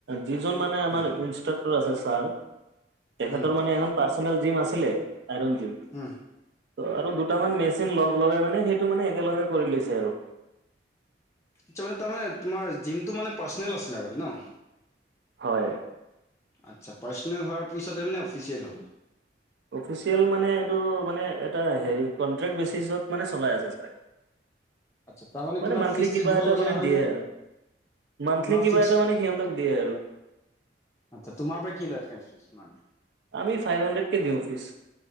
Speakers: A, on the right; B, on the left.
A: যিজন মানে আমাৰ
B: উম
A: ইনষ্ট্ৰাক্টৰ আছে ছাৰ। তেখৰ
B: উম
A: মানে এখন পাৰ্চনেল জিম আছিলে আইন জিম। ত'
B: উম
A: আৰু দু দুটামান মেচিন লগ লগাই মানে সেইটো মানে একেলগে কৰি লৈছে আৰু।
B: আচ্ছা মানে তাৰমানে তোমাৰ জিমটো মানে পাৰ্চনেল আছিলে আগতে ন।
A: হয়।
B: আচ্ছা। পাৰ্চনেল হোৱাৰ পিছত মানে অফিচিয়েল হ'ল।
A: অফিচিয়েল মানে এইটো মানে এটা হেৰি কন্ট্ৰেক্ট বেচিচত মানে চলাই আছে ছাৰে।
B: আচ্ছা। তাৰমানে
A: মানে
B: কিবা
A: মান্থলি
B: ফিজ-চিজ দিব
A: এটা
B: লগীয়া
A: মানে
B: হয়নে?
A: দিয়ে আৰু মান্থলি
B: তোমাৰ
A: কিবা
B: ফিক্স
A: এটা মানে সিহঁতক দিয়ে আৰু।
B: আচ্ছা তোমাৰ পৰা কি লয় ফিজ মান
A: আমি ফাইভ হাণ্ডেডকে দিওঁ ফিছ।